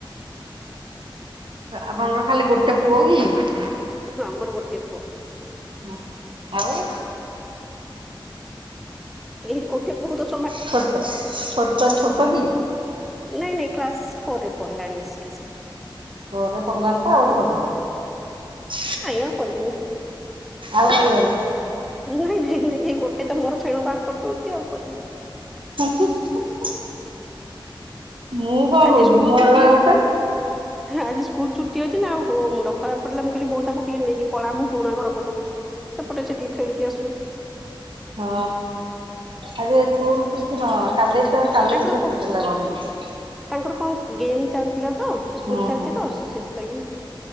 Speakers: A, on the right (about 70°); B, in the centre.
A: ଆପଣଙ୍କର ଖାଲି ଗୋଟେ ପୁଅ କି?
B: ଆମର ଗୋଟେ ପୁଅ
A: ନା ହଁ ଆଉ
B: ଏ ଗୋଟେ ପୁଅତଃ
A: ଛୋଟ ଛୋଟ ଛୋଟକି?
B: ନାଇଁ ନାଇଁ କ୍ଲାସ ଫୋର୍ ରେ ପଢିଲାଣି ଆସିକି ସେ
A: ଫୋର ରେ ପଡ଼ିଲାଣି ତ ଆଉଗୋଟେ କାରିଦେବା କଥା
B: ନାଇଁ ଆଉ କରିବିନି।
A: ଆଉ କରିବନି
B: ନାଇଁ ନାଇଁ ନାଇଁ ଏଇ ଗୋଟେ ତୋର ଫେଣ ବାହାର କରିଦଉଛି ଆଉ କରିବି
A: ହୁଁ ହୁଁ ହୁଁ ହୁଁ ହୁଁ ହୁଁ। ମୁଁ କଣ
B: ଆଜି
A: କହୁଚି
B: ସ୍କୁଲ
A: ମୋର
B: ଛୁଟି
A: ପା ଗୋଟେ
B: ଆଜି ସ୍କୁଲ ଛୁଟି ଅଛି ନା ଆଉ ହଉ ଡରା ପଟିଲା ମୁଁ କହି ବଉ ତାକୁ ଟିକେ ନେଇକି ପଳା ମୋ ପୁରୁଣା ଘର ପଟକୁ ସେପଟେ ସେ ଟିକେ ଖେଳିକି ଆସୁ
A: ହଁ ଆଜି ସ୍କୁଲ ଛୁଟି ହଁ। କାଲି ତ କାଲିବି
B: ତାଙ୍କର
A: ତ
B: କ-
A: ଛୁଟି ନା କଣ ଅଛି
B: ତାଙ୍କର କଣ ଗେମ୍ ଚାଲିଥିଲା ତ ସ୍କୁଲ
A: ହୁଁ
B: ଚାଲିଛି
A: ହୁଁ
B: ତ ସେ ସେଥିଲାଗି